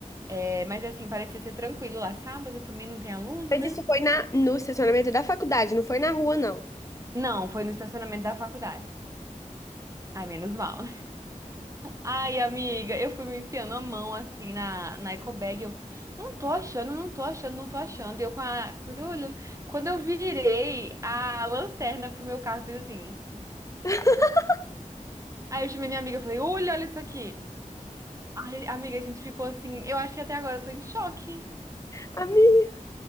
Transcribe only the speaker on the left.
Mas
isso foi na, no estacionamento da faculdade, não foi na rua, não.
<laughs>
Amiga,